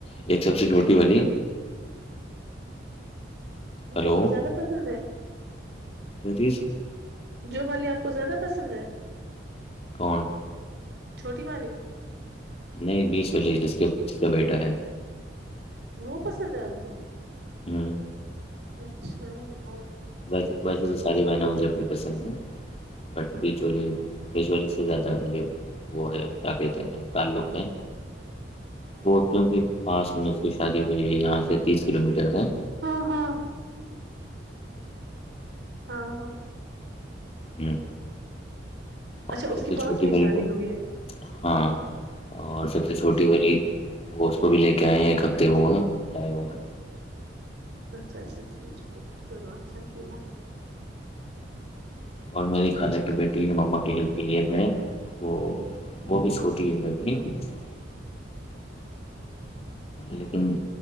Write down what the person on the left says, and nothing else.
ایک سب سے چھوٹی والی ہلو
کیا چیز
کون
نہیں بیچ والی جس کے جس کا بیٹا ہے
ہمم
س ویسے تو ساری بہنیں مجھے اپنی پسند ہیں بٹ بیچ والی بیچ والی سو جاتا ہے مجھے وہ ہے کیا کہتے ہیں تعلق ہے وہ کینکی پاس میں اس کی شادی ہوئی ہے یہاں سے تیس کلو میٹر ہے
ہمم اور
سب
سے
چھوٹی
والی
کو
ہاں اور سب سے چھوٹی والی وہ اس کو بھی لے کے آئے ہیں ایک ہفتے ہوا لائے ہوئے
اور میری خالا کی بیٹی یا مما کی ہیلپ کے لیے ہے وہ وہ بھی چھوٹی ہے <unintelligible> لیکن